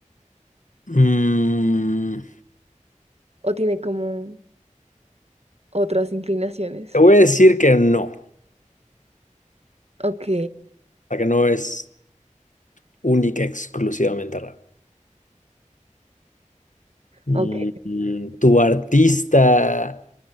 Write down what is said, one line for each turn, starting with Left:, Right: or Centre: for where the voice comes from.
Left: Mm,
Right: o tiene como otras inclinaciones.
Left: te voy a decir que no.
Right: Ok,
Left: sea, que no es única, exclusivamente rap. Mm,
Right: ok.
Left: mm, ¿Tu artista